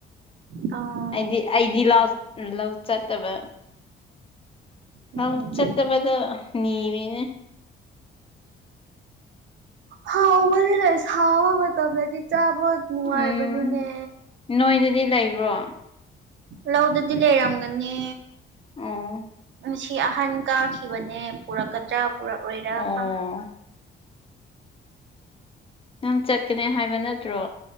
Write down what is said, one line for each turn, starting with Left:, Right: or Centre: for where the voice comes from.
Right: ꯑꯣ
Left: ꯑꯩꯗꯤ ꯑꯩꯗꯤ ꯂꯥꯎ ꯂꯧ ꯆꯠꯇꯕ
Right: ꯎꯝ
Left: ꯂꯧ ꯆꯠꯇꯕꯗꯣ ꯅꯤꯕꯅꯦ
Right: ꯍꯥꯎꯕꯅꯤ ꯂꯩ ꯁꯥꯕ ꯃꯇꯝꯗꯗꯤ ꯆꯥꯕ ꯅꯨꯡꯉꯥꯏꯕꯅꯤꯅꯦ
Left: ꯎꯝ ꯅꯣꯏꯗꯗꯤ ꯂꯩꯕ꯭ꯔꯣ
Right: ꯂꯧꯗꯗꯤ ꯂꯩꯔꯝꯒꯅꯤ
Left: ꯑꯣ
Right: ꯁꯤ ꯑꯍꯟ ꯀꯥꯈꯤꯕꯅꯦ ꯄꯨꯔꯛꯀꯗ꯭ꯔꯥ ꯄꯨꯔꯛꯑꯣꯏꯔꯥ
Left: ꯑꯣ
Right: ꯈꯪ
Left: ꯅꯪ ꯆꯠꯀꯅꯦ ꯍꯥꯏꯕ ꯅꯠꯇ꯭ꯔꯣ